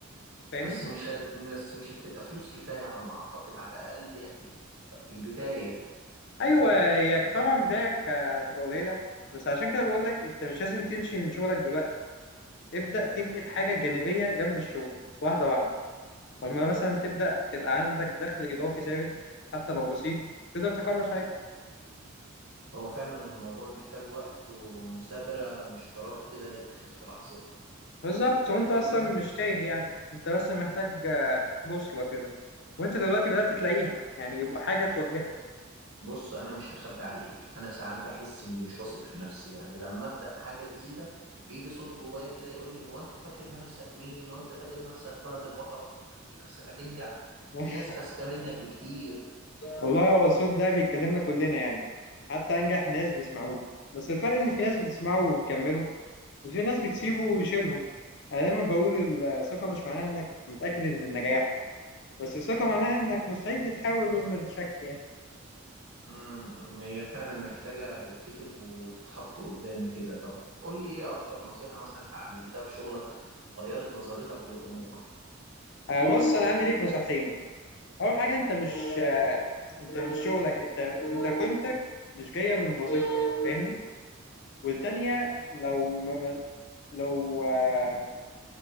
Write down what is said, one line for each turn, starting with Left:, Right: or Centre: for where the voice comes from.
Left: فاهمني؟
Right: بس مش هت... بس مش هتبقى فلوس كفاية على ما أعتقد على الأقل يعني في البداية
Left: أيوه هي طبعا بداية هتبقى قليلة بس عشان كده بقول لك أنت مش لازم تمشي من شغلك دلوقتي ابدأ
Right: مم.
Left: تبني الحاجة الجانبية جنب الشغل واحدة واحدة فلما مثلا تبدأ تبقى عندك دخل إضافي ثابت حتى لو بسيط تقدر تقرر ساعتها
Right: هو فعلا الموضوع محتاج وقت ومثابرة مش قرار كده يتاخد في لحظتها
Left: بالظبط وانت اصلا مش تايه يعني انت بس محتاج آه، بوصلة كده وانت دلوقتي بدأت تلاقيها يعني يبقى حاجة توجهك
Right: بص أنا مش هخبي عليك أنا ساعات بحس إني مش واثق في نفسي يعني لما أبدأ حاجة جديدة بيجي صوت جوايا كده يقول لي هو أنت فاكر نفسك مين وأنت فاكر نفسك فهد البطل أنت فاكر نفسك هتنجح
Left: <laughs>
Right: في ناس أذكى منك بكتير
Left: والله هو الصوت ده بيتكلمنا كلنا يعني حتى أنجح ناس بيسمعوه بس الفرق إن في ناس بتسمعه وبيكملوا وفي ناس بتسيبه ويشيلهم أنا دايما بقول الثقة مش معناها إنك متأكد من النجاح بس الثقة معناها إنك مستعد تحاول رغم الشك يعني
Right: امم هي فعلا محتاجة تتكتب وتتحط قدامي كده طب قول لي ايه اكتر نصيحة مثلا اتعلمتها في شغلك غيرت نظرتك للأمور
Left: آه، بص أنا عندي ليك نصيحتين اول حاجه انت مش آه، انت مش شغلك انت انت قيمتك مش جايه من وظيفتك فاهمني والتانيه لو ما ما- لو آه،